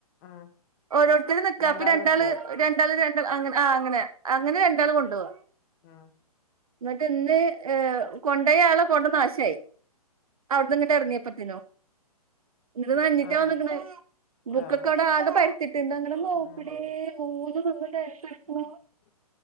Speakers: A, on the left; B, on the right.
A: ഉം
B: ഓരോര്ത്തര് ന്ക്കാ
A: രണ്ടാള്
B: അപ്പൊ രണ്ടാൾ
A: നിക്ക
B: രണ്ടാൾ രണ്ട ആ അങ്ങനെ. ആ അങ്ങനെ. അങ്ങനെ രണ്ടാള് കൊണ്ടാവാ.
A: ആഹ്.
B: ന്നട്ട് ന്ന് ഏ കൊണ്ടേയാള് കൊണ്ട് <unintelligible> നാശായി. അവട്ന്ന്ങ്ങട്ട് എർങ്ങിയപ്പത്തിനും. ന്നട്ട് നനഞ്ഞിട്ടാ
A: ആഹ്
B: വന്ന് ക്ക്ണെ ബുക്കൊക്കവ്ടെ
A: ആഹ്
B: ആകെ പരത്തിട്ട് ന്നങ്ങണ് ന്നോക്കണേ
A: ഉം
B: മൂന്നും നിന്ന്ട്ട് ടാൻസെൾക്കിണു.
A: <inaudible>